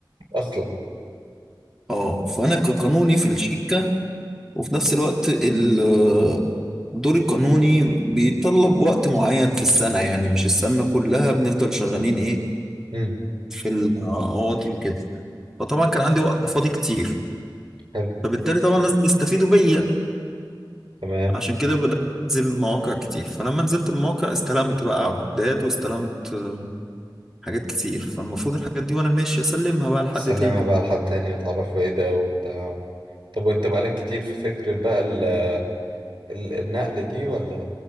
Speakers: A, on the right; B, in the centre.
A: اصلا
B: اه فأنا كقانوني في الشركة وفي نفس الوقت ال- الدور القانوني بيتطلب وقت معين في السنة يعني مش السنة كلها بنفضل شغالين ايه
A: امم
B: في القواضي وكده فطبعا كان عندي وقت فاضي كتير
A: حلو
B: فبالتالي طبعا لازم يستفيدوا بيا
A: تمام
B: عشان كده بدأت أنزل مواقع كتير فلما نزلت المواقع استلمت بقى عقودات واستلمت آه، حاجات كتير فالمفروض الحاجات دي وأنا ماشي أسلمها بقى لحد
A: سلمها
B: تاني
A: بقى لحد تاني وتعرفوا ايه ده وبتاع و... طب وانت بقالك كتير في فكرة بقى ال... ال... النقل دي ولا